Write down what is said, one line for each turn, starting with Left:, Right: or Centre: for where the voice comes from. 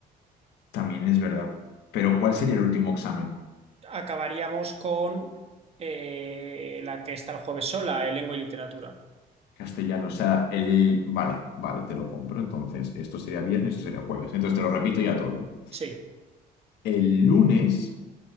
Left: también es verdad. Pero ¿cuál sería el último examen?
Right: Acabaríamos con eh, la que está el jueves sola, eh, lengua y literatura.
Left: Castellano, o sea, el... Vale, vale, te lo compro. Entonces, esto sería viernes, esto sería jueves. Entonces, te lo repito ya todo.
Right: Sí,
Left: El lunes